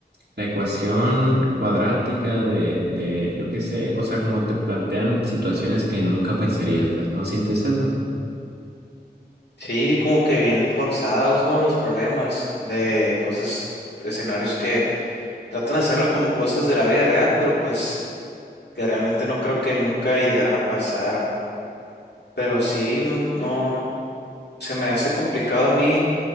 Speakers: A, on the right; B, on the left.
A: la ecuación cuadrática de, de, yo qué sé, o sea, como te plantean situaciones que nunca pensarías, pues, ¿no sientes eso?
B: Sí, como que bien forzados, ¿no? Los problemas de cosas, escenarios que tratan de hacerlo como cosas de la vida real, pero pues que realmente no creo que nunca llegaran a pasar. Pero sí, no, no, se me hace complicado a mí